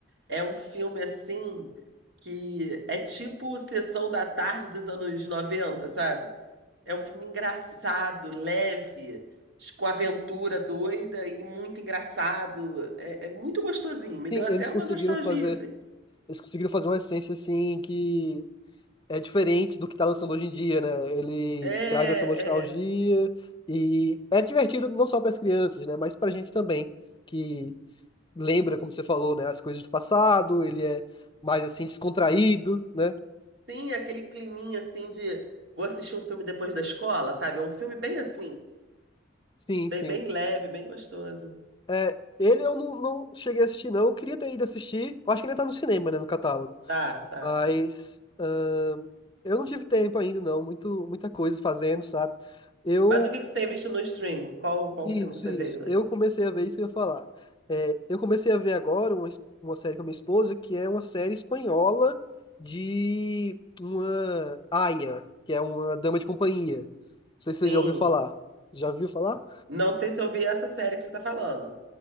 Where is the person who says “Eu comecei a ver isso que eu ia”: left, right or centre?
Left